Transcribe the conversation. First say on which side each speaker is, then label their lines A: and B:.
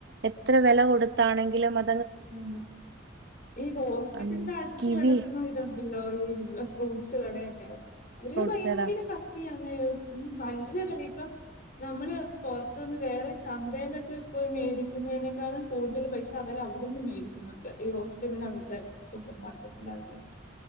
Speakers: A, on the right; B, on the left.
A: എത്ര വെല കൊടുത്താണെങ്കിലും അ
B: അതെ ഈ ഹോസ്പിറ്റലിന്റെ
A: ഉം
B: അടുത്ത്
A: കിവി
B: കെടക്ക്ന്ന ണ്ടല്ലോ ഈ ഫ്രൂട്ടസ് കടയൊക്കെ അവര്
A: ഫ്രൂട്ട്സെടാ
B: ഭയങ്കര ക ത്തിയങ്ങനെ ഉം നല്ല വെലേ ഇപ്പൊ നമ്മള് പുൊറത്ത്നിന്ന് വേറെ ചന്തയിലൊക്കെ പോയി മേടിക്കുന്നതിനേക്കാളും കൂടുതൽ പൈസ അവരാവും ഇവിടുന്ന് മേടിക്കുന്നുണ്ട് ഈ ഹോസ്പിറ്റൽ അവിടുത്തെ സൂപ്പർ മാർക്കറ്റില ആൾക്കാര്